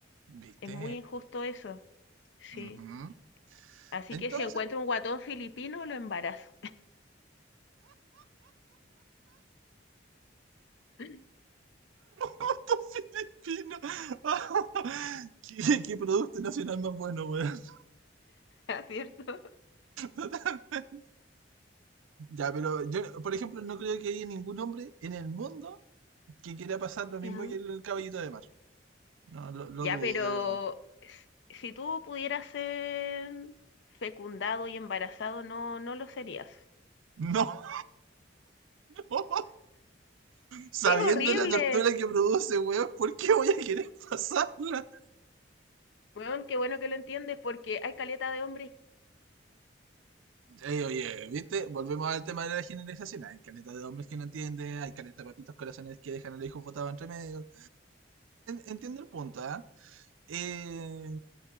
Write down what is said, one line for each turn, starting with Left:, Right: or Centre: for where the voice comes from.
Right: ¿Viste?
Left: Es muy injusto eso, sí.
Right: Ujú.
Left: Así
Right: Entonces,
Left: que si encuentro un guatón filipino, lo embarazo. <laughs>
Right: ¿cuántos filipinos? <laughs> ¿Qué, qué producto nacional más bueno, weón?
Left: ¿Cierto?
Right: <laughs> ya, pero yo, por ejemplo, no creo que haya ningún hombre en el mundo que quiera pasar lo mismo
Left: Ujú.
Right: que el caballito de mar. No, lo, lo
Left: Ya,
Right: dudo,
Left: pero
Right: de verdad.
Left: s- si tú pudieras ser fecundado y embarazado, no, no lo serías.
Right: <laughs> No, no. sabiendo
Left: Es horrible.
Right: la tortura que produce, weón, ¿por qué voy a querer pasarla?
Left: Bueno, qué bueno que lo entiendes porque hay caleta de hombres.
Right: Ey, oye, ¿viste? Volvemos al tema de la generalización. Hay caretas de hombres que no entienden, hay caretas de papitos corazones que dejan al hijo votado entre medio. Entiendo el punto, ¿ah? Eh,